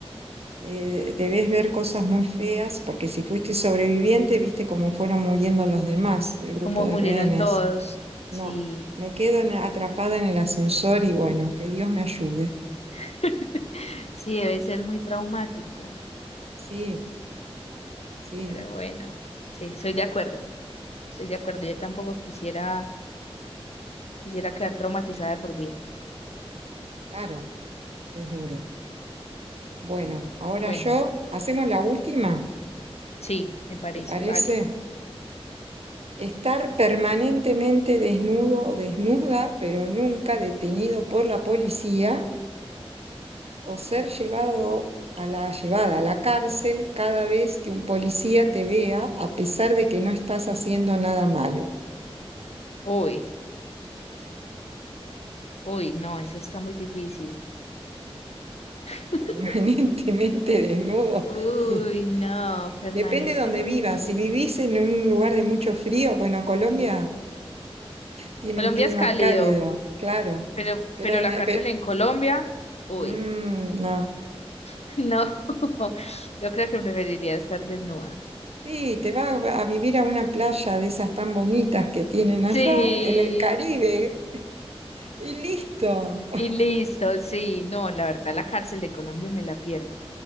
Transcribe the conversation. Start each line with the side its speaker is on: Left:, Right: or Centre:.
Right: Eh, debes ver cosas muy feas, porque si fuiste sobreviviente, viste cómo fueron muriendo los demás del grupo
Left: Como
Right: de
Left: murieron
Right: rehenes.
Left: todos.
Right: No,
Left: Sí,
Right: me quedo en- atrapada en el ascensor y bueno, que Dios me ayude.
Left: <laughs> sí, debe ser muy traumático.
Right: Sí, sí,
Left: Pero bueno, sí, soy de acuerdo. Soy de acuerdo. Yo tampoco quisiera Quisiera quedar traumatizada de por vida.
Right: claro, es duro. Bueno, ahora
Left: Bueno,
Right: yo, hacemos la última,
Left: sí, me parece,
Right: ¿te parece?
Left: vale.
Right: Estar permanentemente desnudo o desnuda, pero nunca detenido por la policía, o ser llevado a la, llevada a la cárcel cada vez que un policía te vea, a pesar de que no estás haciendo nada malo.
Left: Uy, uy, no, eso está muy difícil. <laughs>
Right: <laughs> Permanentemente desnudo.
Left: Uy,
Right: Y
Left: no, permanentemente.
Right: depende de donde vivas. Si vivís en un lugar de mucho frío, bueno, Colombia tiene
Left: Colombia
Right: un clima
Left: es cálido,
Right: cálido, claro.
Left: pero,
Right: Pero,
Left: pero
Right: de-
Left: la cárcel
Right: pero-
Left: en Colombia, uy,
Right: mm, no.
Left: <laughs> no, <laughs> yo creo que preferiría estar desnuda.
Right: Sí, te vas a vivir a una playa de esas tan bonitas que tienen allá,
Left: Sí,
Right: en el Caribe, y listo. <laughs>
Left: y listo, sí, no, la verdad, la cárcel de Colombia me la pierdo,